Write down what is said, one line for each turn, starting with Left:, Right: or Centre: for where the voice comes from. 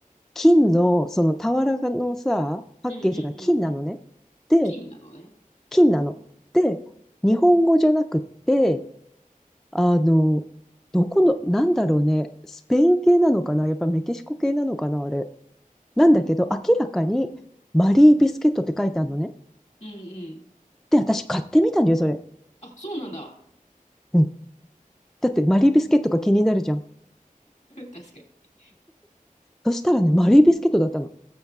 Centre: 金の、その俵のさ、パッケージが金なのね。
Left: うんうんうんうん。
Centre: で、
Left: 金なのね。
Centre: 金なの。で、日本語じゃなくて、あの、どこの、なんだろうね、スペイン系なのかなやっぱメキシコ系なのかなあれ。なんだけど、明らかにマリービスケットって書いてあるのね。
Left: うんうん。
Centre: で、私買ってみたんだよ、それ。
Left: あ、そうなんだ。
Centre: うん。だってマリービスケットが気になるじゃん。
Left: <laughs> 確かに。
Centre: そしたらね、マリービスケットだったの。